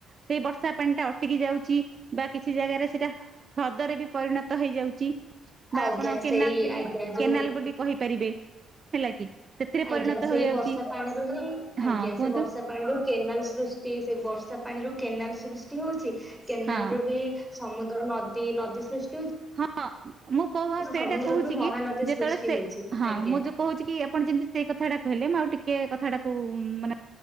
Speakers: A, on the right; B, in the centre.
A: ସେଇ ବର୍ଷା ପାଣିଟା ଅଟିକି ଯାଉଛି। ବା କିଛି ଜାଗାରେ ସେଇଟା ହ-ହ୍ରଦରେ ବି ପରିଣତ ହେଇଯାଉଛି ବା
B: ଆଜ୍ଞା
A: ଆପଣ କେନାଲ୍
B: ସେଇ
A: ବୋଲି
B: ଆଜ୍ଞା ଯୋଉ
A: କେନାଲ୍ ବୋଲି କହିପାରିବେ। ହେଲା କି। ସେଥିରେ
B: ଆଜ୍ଞା
A: ପରିଣତ
B: ସେଇ
A: ହେଇଯାଉଛି
B: ବର୍ଷା ପାଣିରୁ ହିଁ
A: ହଁ
B: ଆଜ୍ଞା,
A: କୁହନ୍ତୁ
B: ସେ ବର୍ଷା ପାଣିରୁ କେନାଲ ସୃଷ୍ଟି ସେ ବର୍ଷା ପାଣିରୁ କେନାଲ ସୃଷ୍ଟି ହଉଛି। କେନାଲ
A: ହଁ।
B: ରୁ ବି ସମୁଦ୍ର ନଦୀ ନଦୀ ସୃଷ୍
A: ହଁ ମୁଁ କହ ସେଇଟା
B: ସମୁଦ୍ରରୁ
A: କହୁଛି
B: ବି ମହାନଦୀ
A: କି, ଯେତେବେଳେ
B: ସୃଷ୍ଟି
A: ସେ
B: ହଉଛି
A: ହଁ
B: ଆଜ୍ଞା
A: ମୁଁ ଯୋଉ କହୁଛି କି ଆପଣ ଯେମିତି ସେଇ କଥାଟା କହିଲେ ମୁଁ ଆଉ ଟିକେ କଥାଟାକୁ ମାନେ